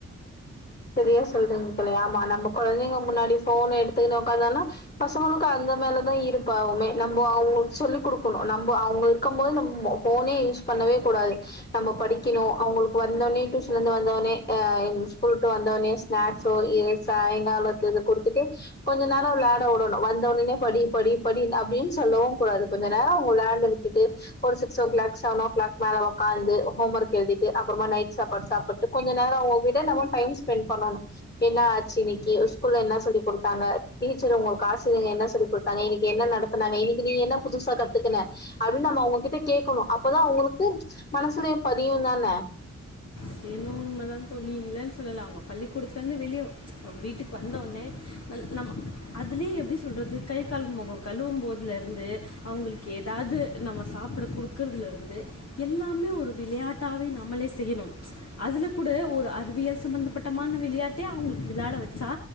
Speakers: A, on the left (about 35°); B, on the left (about 60°).
A: சரியா சொல்றீங்க தோழி ஆமா நம்ம கொழந்திங்க முன்னாடி போன் எடுத்துக்குனு உக்காந்தானா பசங்களுக்கு அந்த மேலதா ஈர்ப்பு ஆவுமே நம்போ அவங்களுக்கு சொல்லிக் குடுக்கணு நம்போ அவங்க இருக்கு போது நம்மோ போனே யூஸ் பண்ணவே கூடாது நம்ம படிக்கணு அவ்ங்களுக்கு வந்தோனே டியூஷன்ல இருந்து வந்தோனே அ‌ எங்க ஸ்கூல் வந்தோனே ஸ்நாக்ஸோ இ சாயங்காலோ இத குடுத்துட்டு கொஞ்ச நேரோ விளாட வுடணு வந்த உடனோ படி படி படி அப்டின்னு சொல்லவு கூடாது கொஞ்ச நேரோ வுளாண்ட்ட விட்டுட்டு ஒரு six o'clock seven o'clock மேல வக்காந்து ஹோம் ஒர்க் எழுதிட்டு அப்புறமா நைட் சாப்பாடு சாப் பட்டு கொஞ்ச நேரோ அவங்க கூட நம்ம டைம் ஸ்பெண்ட் பண்ணணு என்ன ஆச்சு இனைக்கி ஸ்கூல்ல என்ன சொல்லி குடுத்தாங்க டீச்சர் உங்களுக்கு ஆசிரியங்க என்ன சொல்லிக் குட் தாங்க இன்னைக்கி என்ன நடத்தனாங்க இன்னைக்கி நீ என்ன புதுசா கத்துக்கன அப்டின் நம்ம அவங்ககிட்ட கேட்கணு அப்பதா அவுங்களுக்கு மனசுல பதியுந் தானே
B: து‌ என்னவோ உண்மதா தோழி இல்லேன் சொல்லலா அவ்ங்க பள்ளிக்கூடத்துலேருந்து வெளியே வீட்டுக்கு வந்தவொன்னே ந நம் அதுலே எப்டி சொல்றது கை கால் முகம் கழுவும் போதும் லருந்து அவங்களுக்கு ஏதாது நம்ம சாப்ட குடுக்கறதுல இருந்து எல்லாமே ஒரு விளையாட்டாவே நம்மளே செய்யணு அதுல கூட ஒரு அறிவியல் சம்பந்தப்பட்டமான விளையாட்ட அவங்களுக்கு விளையாட வச்சு